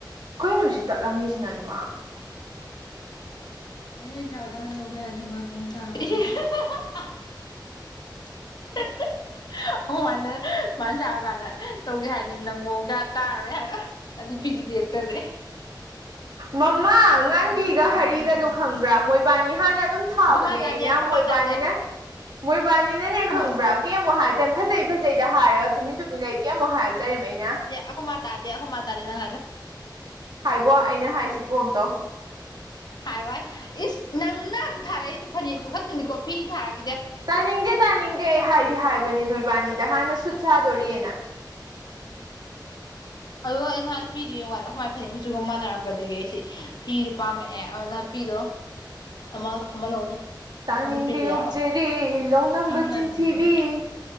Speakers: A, on the right; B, on the left.
A: ꯀꯨꯣꯏꯩꯅꯣ ꯁꯤ ꯇꯠꯂꯝꯃꯤꯁꯤꯅ ꯏꯃꯥ
B: ꯑꯦ ꯆꯥ ꯀꯅ ꯂꯧꯧꯕꯦ ꯍꯥꯏꯅꯦꯕꯕꯨꯡ ꯆꯥꯔ <unintelligible> <inaudible> <unintelligible> <inaudible> ꯑꯣ ꯃꯥꯅ ꯃꯥꯅ ꯆꯥꯔ ꯀꯥꯟꯗ ꯇꯧꯒꯦ ꯍꯥꯏꯗꯨꯅꯤ ꯅꯪ ꯃꯑꯣꯡ ꯀꯌꯥ ꯇꯥꯔꯣꯏ ꯍꯥꯏꯔ ꯑꯗꯤ ꯐꯤꯗꯤꯕꯤꯔꯛꯇꯔꯦ
A: ꯃꯃꯥ ꯉꯥꯟꯕꯤꯒ
B: ꯂꯥꯛꯄ
A: ꯍꯔꯤꯒꯗꯨ
B: ꯉꯥꯛꯇ ꯑꯩꯅ ꯁꯥꯔꯤꯁꯦ
A: ꯈꯪꯕ꯭ꯔꯥ ꯃꯣꯏꯕꯥꯅꯤ ꯍꯥꯟꯅ ꯑꯗꯨꯝ ꯊꯥꯕ
B: ꯑꯈꯣꯏ ꯃꯥ
A: ꯑꯩꯅ
B: ꯇꯥꯗꯦ ꯑꯈꯣꯏ
A: ꯃꯣꯏꯕꯥꯅꯤꯅ
B: ꯃꯥ ꯇꯥꯗꯦ
A: ꯃꯣꯏꯕꯥꯅꯤꯅꯅꯦ
B: ꯑꯈꯣꯏ
A: ꯈꯪꯕ꯭ꯔꯥ ꯀꯩꯃꯨꯛ ꯍꯥꯏꯛꯔꯦ ꯐꯖꯩ ꯐꯖꯩꯗ ꯍꯥꯏꯔꯒ ꯇꯨꯃꯤꯟ ꯇꯨꯝꯃꯤꯟ ꯂꯩ ꯀꯩꯃꯨꯛ ꯍꯥꯏꯔꯛꯇꯔꯤ ꯑꯩꯅ
B: ꯑꯈꯣ ꯃꯥꯇꯥꯗꯦ ꯑꯈ ꯃꯥ ꯇꯗꯤꯅ ꯍꯥꯏꯗ
A: ꯍꯥꯏꯕꯣ ꯑꯩꯅ ꯍꯥꯏꯁꯤ ꯄ꯭ꯔꯣꯝꯇꯣ
B: ꯍꯥꯏꯔꯣꯏ ꯏꯁ ꯅꯪꯅ ꯑꯗꯨ ꯊꯥꯔꯛꯏꯗꯨ ꯐꯅꯦꯛꯇꯨ ꯈꯛꯇꯅꯤꯀꯣ ꯐꯤ ꯊꯥꯔꯒꯦ
A: ꯇꯥꯅꯤꯡꯗꯦ ꯇꯥꯅꯤꯡꯗꯦ ꯑꯩ ꯍꯥꯏꯗꯤ ꯍꯥꯏꯕꯅꯦ ꯅꯣꯏꯕꯥꯅꯤꯗ ꯍꯥꯟꯅ ꯁꯨꯠ ꯁꯥꯗꯣꯔꯤꯑꯅ
B: ꯑꯗꯣ ꯑꯩ ꯅꯍꯥꯟ ꯐꯤꯗꯨ ꯌꯦꯡꯀꯥꯟꯗ ꯍꯋꯥꯏ ꯐꯅꯦꯛ ꯃꯆꯨꯒ ꯃꯥꯟꯅꯔꯝꯕꯗꯒꯤ ꯑꯩꯁꯤ ꯐꯤꯗꯨ ꯄꯥꯝꯃꯛꯑꯦ ꯑꯗꯨꯅ ꯅꯨꯄꯤꯗꯣ ꯑꯃ ꯑꯃ ꯂꯧꯅꯤ
A: ꯇꯥꯅꯤꯡꯗꯦ
B: ꯑꯃ ꯄꯤꯖꯔ
A: ꯑꯣꯛꯆꯔꯤ ꯂꯧꯅꯝꯕ
B: ꯂ
A: ꯆꯤꯟꯊꯤꯕꯤ
B: ꯆꯃꯦ